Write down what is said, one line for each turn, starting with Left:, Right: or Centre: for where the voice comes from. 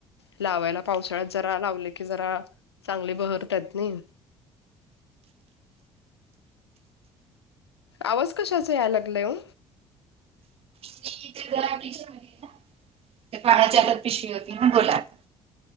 Left: लावायला पावसाळ्यात जरा लावले की जरा चांगली बहरतात नाही. आवाज कशाचा यायला लागलाय ओ?
Right: टीव्हीचा जरा ईशु आहे ना. बाळाच्या हातात पिशवी होती ना बोलात.